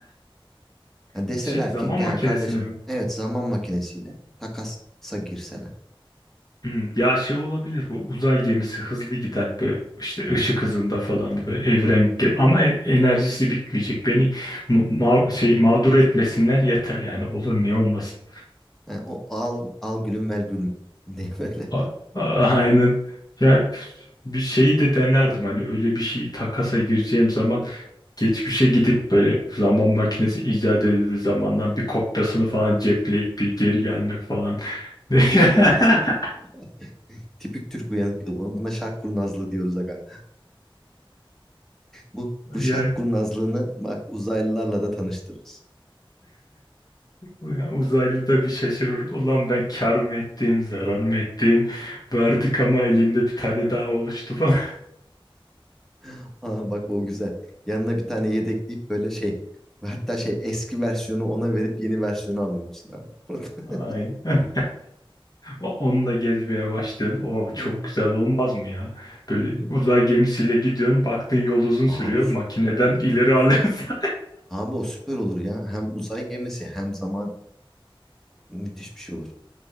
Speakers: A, in the centre; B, on the left.
A: Ha, deseler
B: <laughs> şey zaman
A: ki gel
B: makinesine
A: kardeşim
B: mi?
A: evet zaman makinesiyle takasa girseler.
B: Hmm, Ya şey olabilir bu uzay gemisi hızlı giden böyle işte
A: Hı hı.
B: ışık hızında falan böyle evren ge- ama e- enerjisi bitmeyecek beni ma- ma- şey mağdur etmesinler yeter yani olur niye olmasın
A: Ha, o al, al gülüm mel gülüm diye böyle.
B: A- a- Aynen. Ya bir şeyi de denerdim hani öyle bir şey takasa gireceğim zaman geçmişe gidip böyle zaman makinesi icat edildiği zamandan bir kopyasını falan cepleyip bir geri gelmek falan. <laughs>
A: <laughs> Tipik Türk uyanıklığı bu. Buna şark kurnazlığı diyoruz aga. Bu bu
B: Yani
A: şark kurnazlığını bak uzaylılarla da tanıştırırız.
B: ya uzaylı da bir şaşırır. Ulan ben kar mı ettim, zarar mı ettim? Verdik ama elinde bir tane daha oluştu falan.
A: <laughs> Ha, bak o güzel. Yanına bir tane yedekleyip böyle şey ve hatta şey eski versiyonu ona verip yeni versiyonu alıyor musun abi? <laughs>
B: <laughs> Aynen. O- Onunla gezmeye başlıyorsun. O çok
A: Hı.
B: güzel olmaz mı ya? Böyle
A: Hı.
B: uzay gemisiyle gidiyorsun. Baktın yol uzun
A: Abi
B: sürüyor.
A: sü-
B: Makineden ileri alıyorsun.
A: abi o süper olur ya. Hem uzay gemisi hem zaman müthiş bir şey olur.